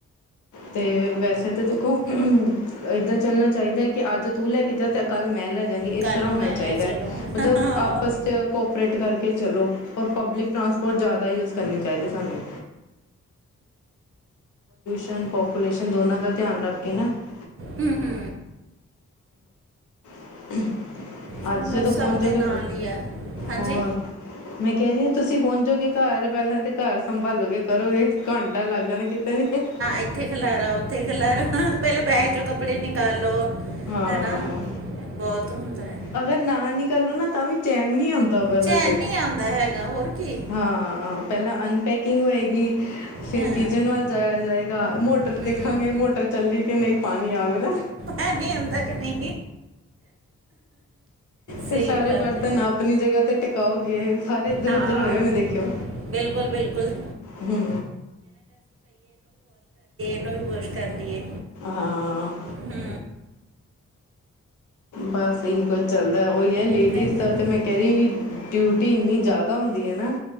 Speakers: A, on the left (about 80°); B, on the right (about 45°).
A: ਤੇ ਵੈਸੇ ਤੇ ਦੇਖੋ <unintelligible> ਏਦਾਂ ਚੱਲਨਾ ਚਾਈਦਾ ਕਿ ਅੱਜ ਤੂ ਲੈ ਕੇ ਜਾ ਤੇ ਕਲ ਮੈਂ ਲੈ ਏਸ
B: ਕੱਲ
A: ਤਰਾਂ
B: ਨੂੰ
A: ਹੋਨਾ
B: ਮੈਂ
A: ਚਾਈਦੈ,
B: ਲੈ ਚੱਲੂ
A: ਮਤਬ
B: ਹਾਂ
A: ਆਪਸ ਚ ਕੋਪਰੇਟ ਕਰਕੇ ਚਲੋ ਪਬਲਿਕ ਟਰਾਂਸਪੋਰਟ ਜੈਦਾ ਯੂਜ ਕਰਨੀ ਚਾਈਦੀ ਸਾਨੂੰ <inaudible> ਪੋਪੂਲੇਸ਼ਨ ਦੋਨਾਂ ਦਾ ਧਿਆਨ ਰੱਖ ਕੇ ਨਾ <unintelligible>
B: ਹੂੰ ਹੂੰ
A: <unintelligible>
B: ਚਲੋ
A: ਅਜ ਜਦੋ
B: ਸਭ
A: ਪੋਚੋਂਗੇ
B: ਦੇ ਨਾਲ
A: <inaudible>
B: ਹੀ ਆ ਹਾਂਜੀ
A: ਹੋਰ ਮੈ ਕੈ ਰੀ ਆਂ ਤੁਸੀ ਪੋਚੋਂਗੇ <inaudible> ਪਹਿਲਾਂ ਤਾਂ ਘਾਰ ਸੰਭਾਲੋਗੇ ਕਰੋਗੇ ਘੰਟਾ ਲੱਗ ਜਾਨਾ ਕਿਤੇ ਵੀ <unintelligible>
B: ਇਥੇ ਖਲਾਰਾ, ਓਥੇ ਖਲਾਰਾ ਪੈਲੇ ਬੈਗ ਜੋ ਕੱਪੜੇ ਨਿਕਾਲੋ
A: ਹਾਂ,
B: ਹੈਨਾ ਬਹੁਤ ਹੁੰਦਾ ਹੈ
A: ਅਗਰ ਨਾ <inaudible> ਤਾਂ ਵੀ ਚੈਨ ਨੀ ਆਂਦਾ ਪਹਿਲਾਂ
B: ਚੈਨ
A: ਤੇ,
B: ਨਹੀਂ ਆਉਂਦਾ ਹੈਗਾ ਹੋਰ ਕੀ
A: ਹਾਂ ਪਹਿਲਾਂ ਅਨਟੈਕ <inaudible> ਫੇਰ
B: ਹਾਂ
A: ਕਿਚਨ ਵਲ ਜਾਏਆ ਜਾਏ ਮੋਟਰ
B: ਹੂੰ
A: ਦੇਖਾਂਗੇ ਮੋਟਰ ਚੱਲੀ। ਕਿ ਨਹੀਂ ਪਾਣੀ ਆ ਵੇਗਾ
B: ਹਾਂਜੀ ਆਉਂਦਾ ਕਿ ਨਹੀਂ।
A: ਫ
B: ਸਹੀ
A: ਸਾਰੇ
B: ਬਾਤ
A: ਬਰਤਨ
B: ਹੈ
A: ਆਪਣੀ ਜਗ੍ਹਾ ਤੇ ਟਿਕਓਗੇ ਸਾਰੇ ਇੱਧਰ
B: ਹਾਂ
A: ਉਧਰ ਹੋਏ ਹੋ ਨੇ ਦੇਖਿਓ,
B: ਬਿਲਕੁਲ ਬਿਲਕੁਲ
A: ਹੂ।
B: ਉਨ੍ਹਾਂ ਨੂੰ ਵੀ ਵਾਸ਼ ਕਰ ਲਈਏ।
A: ਹਾਂ।
B: ਹੂ
A: ਬਸ ਇਹੀ ਕੁਝ ਚੱਲਦਾ ਐ। ਉਹਹੀ ਹੈ ਲੇਡੀਜ਼
B: ਨਹੀਂ ਹੈ
A: ਦਾ
B: ਨਹੀਂ
A: ਤਾਂ ਮੈਂ ਕਹਿ ਰਹੀ ਡਿਊ ਇੰਨੀ ਜ਼ਿਆਦਾ ਹੁੰਦੀ ਹੈ ਨਾ।